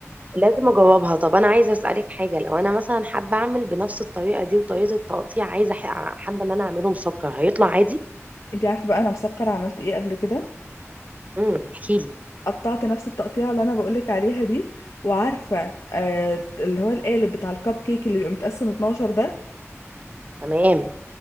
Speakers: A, on the right; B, on the left.
A: لازم اجاوبها طب انا عايزه اسالك حاجه لو انا مثلا حابه اعمل بنفس الطريقه دي وطريقه التقطيع عايزه أح- حابه ان انا اعمله مسكر هيطلع عادي
B: انت عارفه بقى انا مسكره عملت ايه قبل كده
A: امم احكي لي
B: قطعت نفس التقطيعه اللي انا بقول لك عليها دي وعارفه آه، اللي هو القالب بتاع الكب كيك اللي بيبقى متقسم 12 ده
A: تمام